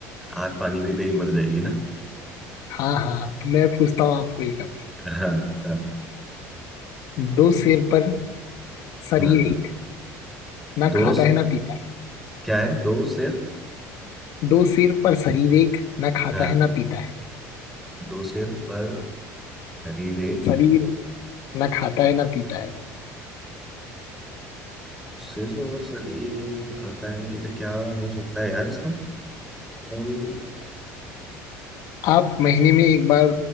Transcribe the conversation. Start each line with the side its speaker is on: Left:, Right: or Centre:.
Centre: आग पानी पीते ही मर जाएगी ना
Left: हाँ हाँ तो मैं पूछता हूँ आपको एक अब
Centre: हाँ हाँ
Left: दो सिर पर शरीर
Centre: हाँ
Left: एक ना
Centre: दो
Left: खाता
Centre: स-
Left: है ना पीता है
Centre: क्या है दो सिर
Left: दो सिर पर शरीर एक ना खाता
Centre: हाँ
Left: है ना पीता है
Centre: दो सिर पर शरीर एक
Left: शरीर ना खाता है ना पीता है
Centre: सिर और शरीर एक में खाता है देखते क्या हो सकता है यार इसका अम्म,
Left: आप महीने में एक बार